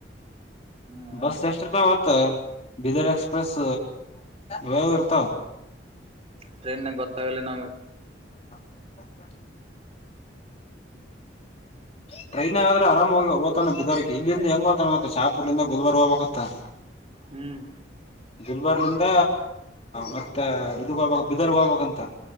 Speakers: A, on the right (about 35°); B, on the left (about 35°).
A: ಹ್ಮ್
B: ಬಸ್ ಎಷ್ಟ ಬೀದರ್ ಎಕ್ಸ್ಪ್ರೆಸ್ ವರ್ತ
A: ಟ್ರೈನ್ ಗೊತ್ತಾಗಲಿ ನಮ್ಗೆ
B: ಹ ಹಾ ಹ ಟ್ರೈನ್ ಆದ್ರೆ ಆರಾಮೋಗ ಓತಾನ ಬಿದಾರ ಇಲ್ಲಿಂದ ಹೆಂಗ ್ತಾನತ್ತ ಚಾಪುರ್ದಂದ ಗುಧವಾರ ಹೋಗಬೇಕತ್ತ
A: ಹ್ಮ್
B: ಗಲ್ಬಾರ್ಲಿಂದ ಮತ್ತೆ ಇದಗ ಹೋಗಬಕ್ ಬಿದರ್ಗ್ ಹೋಗಬಬೇಕಕ್ಂತ